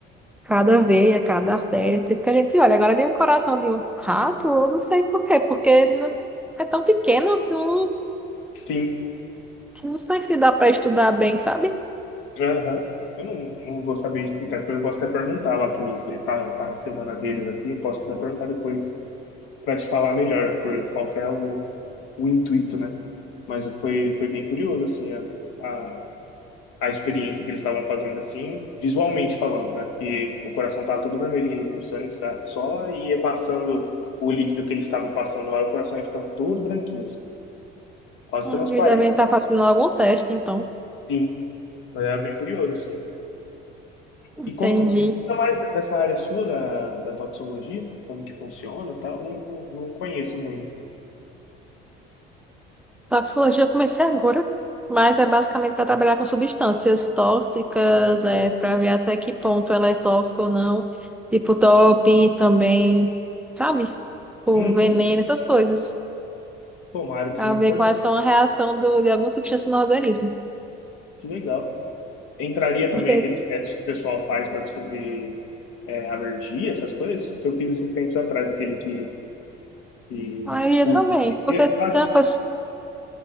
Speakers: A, in the centre; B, on the left (about 75°).
A: cada veia, cada artéria. Por isso que a gente olha. Agora de um coração de um rato, eu não sei por quê, porque não- é tão pequeno que não,
B: Sim.
A: que não sei se dá para estudar bem, sabe?
B: Aham. Eu não, não vou saber explicar, depois eu posso até perguntar lá, que tá, tá na semana deles aqui, eu posso até perguntar depois para te falar melhor por qual que é o, o intuito, né? Mas foi, foi bem curioso, assim, a, a experiência que eles estavam fazendo assim, visualmente falando, né? Porque o coração tava todo vermelhinho ali com sangue, sabe? Só ia passando o líquido que eles estavam passando lá, o coração ia ficando todo branquinho, assim, quase
A: Hum,
B: transparente.
A: Eles devem estar fazendo algum teste, então.
B: Sim, mas era bem curioso, assim.
A: Entendi.
B: E como, me explica mais dessa área sua da, da toxicologia, como que funciona e tal, não, não, não conheço muito.
A: Toxicologia eu comecei agora, mas é basicamente para trabalhar com substâncias tóxicas, é, para ver até que ponto ela é tóxica ou não, tipo doping também, sabe? O
B: Uhum.
A: veneno, essas coisas,
B: Pô, uma área de
A: para
B: extrema
A: ver
B: importância,
A: quais são a reação do, de alguma substância no organismo.
B: que legal. Entraria
A: Porque
B: também aqueles testes que o pessoal faz para descobrir é, alergia, essas coisas, que eu fiz esses tempos atrás, aquele que E
A: aí eu
B: puto
A: também,
B: pequeno,
A: porque
B: sabe?
A: tem uma coisa,